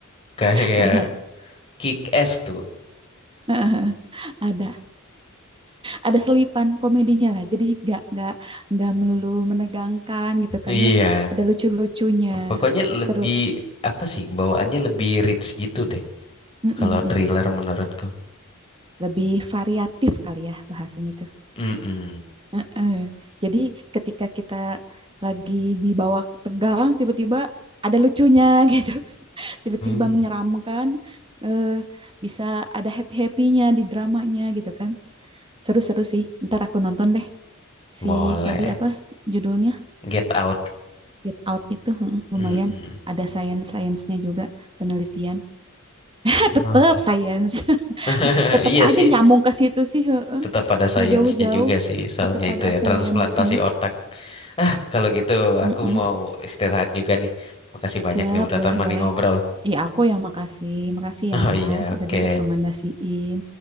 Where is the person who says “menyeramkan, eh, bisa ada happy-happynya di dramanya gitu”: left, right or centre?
Right